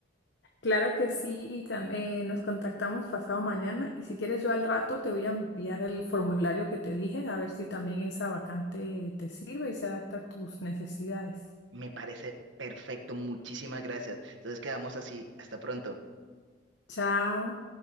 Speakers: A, on the left; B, on the right.
A: Claro que sí, y tam- eh, nos contactamos pasado mañana y si quieres yo al rato te voy a enviar el formulario que te dije, a ver si también esa vacante te sirve y se adapta a tus necesidades.
B: Me parece perfecto, muchísimas gracias. Entonces quedamos así, hasta pronto.
A: Chao.